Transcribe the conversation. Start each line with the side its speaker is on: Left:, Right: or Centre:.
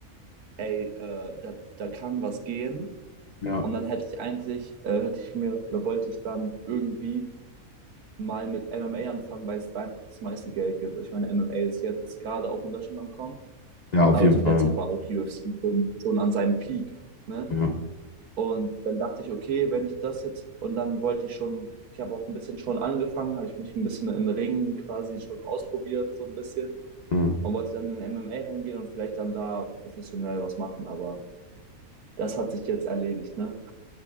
Right: ey, äh, da, da kann was gehen.
Left: ja.
Right: Und dann hätte ich eigentlich, äh, hätte ich mir oder wollte ich dann irgendwie mal mit MMA anfangen, weil es da einfach das meiste Geld gibt. Ich meine, MMA ist jetzt gerade auch in Deutschland angekommen,
Left: Ja, auf
Right: aber
Left: jeden
Right: zu
Left: Fall.
Right: der Zeit war auch UFC schon, schon an seinem Peak. Ne?
Left: Ja.
Right: Und dann dachte ich, okay, wenn ich das jetzt, und dann wollte ich schon, ich habe auch ein bisschen schon angefangen, habe ich mich ein bisschen im Ringen quasi schon ausprobiert, so ein bisschen,
Left: Mhm.
Right: und wollte dann in MMA reingehen und vielleicht dann da professionell was machen, aber das hat sich jetzt erledigt, ne?